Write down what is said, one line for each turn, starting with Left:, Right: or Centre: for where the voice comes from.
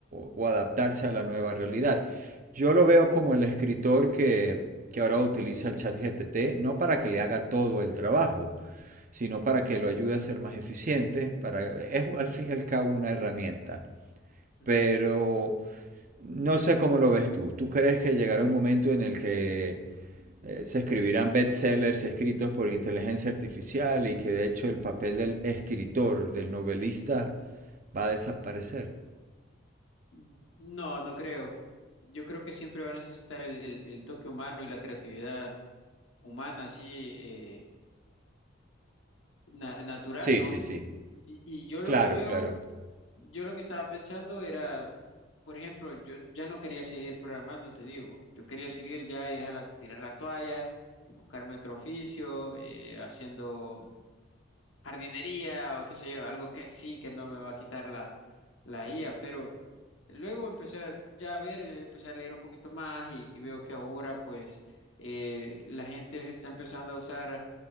Right: o- o adaptarse a la nueva realidad. Yo lo veo como el escritor que, que ahora utiliza el chat GPT, no para que le haga todo el trabajo, sino para que lo ayude a ser más eficiente, para, es al fin y al cabo una herramienta.
Left: ujú.
Right: Pero no sé cómo lo ves tú. ¿Tú crees que llegará un momento en el que eh, se escribirán bestsellers escritos por inteligencia artificial y que de hecho el papel del escritor, del novelista, va a desaparecer?
Left: No, no creo. Yo creo que siempre va a necesitar el, el, el toque humano y la creatividad humana, así eh, na- natural,
Right: Sí,
Left: ¿no?
Right: sí, sí.
Left: Y, y yo lo
Right: Claro,
Left: que veo,
Right: claro,
Left: yo lo que estaba pensando era, por ejemplo, yo ya no quería seguir programando, te digo, yo quería seguir ya y dejar la- tirar la toalla, eh, buscarme otro oficio, eh, haciendo jardinería o qué sé yo, algo que sí, que no me va a quitar la, la IA, pero luego empecé a- ya a ver, eh, empecé a leer un poquito más y, y veo que ahora pues eh, la gente está empezando a usar